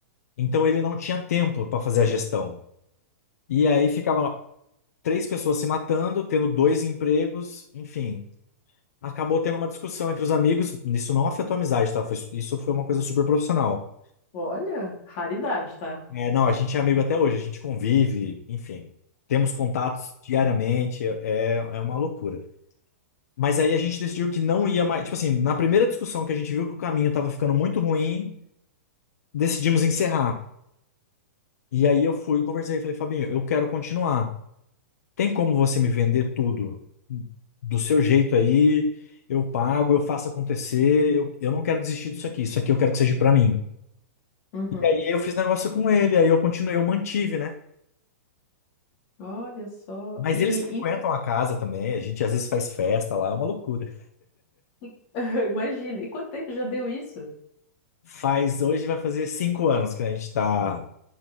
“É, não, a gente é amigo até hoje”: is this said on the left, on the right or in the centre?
Left